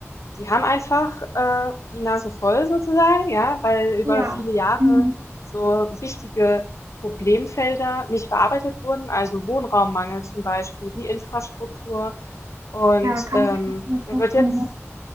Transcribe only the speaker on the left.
die haben einfach äh, die Nase voll sozusagen, ja, weil über
viele Jahre
so wichtige Problemfelder nicht bearbeitet wurden, also Wohnraummangel zum Beispiel, die Infrastruktur und
ähm,
da wird jetzt